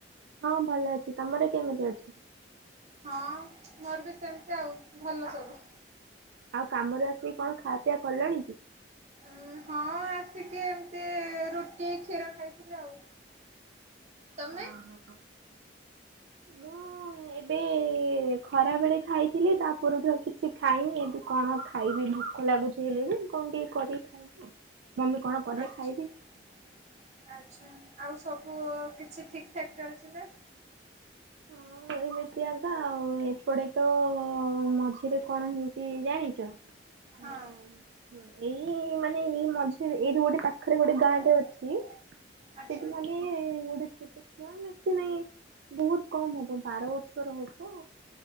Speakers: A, on the right; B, on the right.
A: ହଁ ଭଲ ଅଛି ତମର କେମିତି ଅଛି?
B: ହଁ ମୋର ବି ସେମିତି ଆଉ ଭଲ ସବୁ।
A: ଆଉ କାମରେ ଆସିକି କଣ ଖା ପିଆ କଲଣି କି?
B: ଉଁ ହଁ ଆସିକି ଏମତି ରୁଟି କ୍ଷୀର ଖାଇଥିଲି ଆଉ। ତମେ?
A: ହଁ ହଁ ମୁଁ ଏବେ ଖରା ବେଳେ ଖାଇଥିଲି ତା ପରଠୁ ଆଉ କିଛି ଖାଇନି ଏବେ କଣ ଖାଇବି ଭୋକ ଲାଗୁଚି ହେଲେ ବି କଣ ଟିକେ କରିକି ଖାଇବ ଆଉ ମମି କଣ କଲେ
B: ଆଛା
A: ଖାଇବି।
B: ଆଚ୍ଛା ଆଉ ସବୁ କିଛି ଠିକ୍ ଠାକ୍ ଚାଲିଚି ନା?
A: ହଁ। ଏମିତି ଆଜ୍ଞା ଆଉ ଏପଟେ ତ ମଝିରେ କଣ ହେଇଚି ଜାଣିଚ? ଆମ
B: ହଁ
A: ଏଇ ମାନେ ଏଇ ମଝିରେ ଏଇଠି ଗୋଟେ ପାଖରେ ଗୋଟେ ଗାଁଟେ ଅଛି ସେଠି
B: ଆଚ୍ଛା
A: ମାନେ ଗୋଟେ ଛୋଟ ଛୁଆ ବେସି ନାଇଁ ବହୁତ୍ କମ ହବ ବାର ବର୍ଷର ହବ